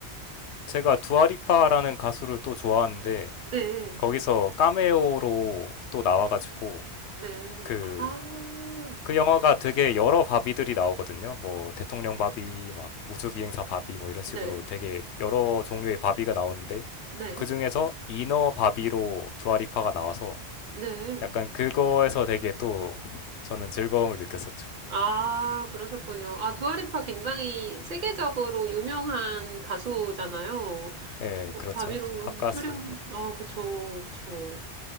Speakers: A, on the left (about 85°); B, on the right (about 55°).
A: 제가 두아리파라는 가수를 또 좋아하는데
B: 네,
A: 거기서 카메오로 또 나와가지고
B: 네.
A: 그
B: 아,
A: 그 영화가 되게 여러 바비들이 나오거든요. 뭐 대통령 바비, 막 우주비행사 바비 뭐 이런
B: 네,
A: 식으로 되게 여러 종류의 바비가 나오는데
B: 네,
A: 그 중에서 이너 바비로 두아리파가 나와서
B: 네.
A: 약간 그거에서 되게 또 저는 즐거움을 느꼈었죠.
B: 아, 그러셨군요. 아, 두아리파 굉장히 세계적으로 유명한 가수잖아요.
A: 네,
B: 또,
A: 그렇죠.
B: 바비로
A: 밥가수.
B: 출연, 아, 그쵸, 그쵸.